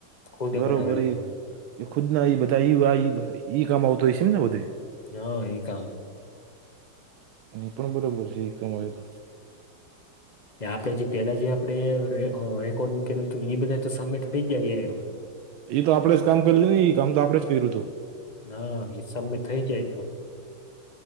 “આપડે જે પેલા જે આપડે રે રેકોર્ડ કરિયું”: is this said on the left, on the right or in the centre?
Left